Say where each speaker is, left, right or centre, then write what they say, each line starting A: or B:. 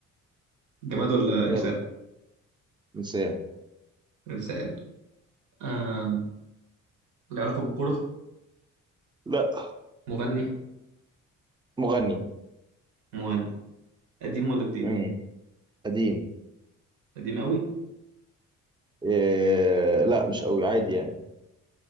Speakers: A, on the right; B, on the right.
A: جماد ولا إنسان؟
B: يلا انسان
A: إنسان آه له علاقة بالكورة
B: لا
A: مغني
B: مغني
A: مغني قديم ولا جديد؟
B: امم قديم
A: قديم قوي
B: إيه لا مش قوي عادي يعني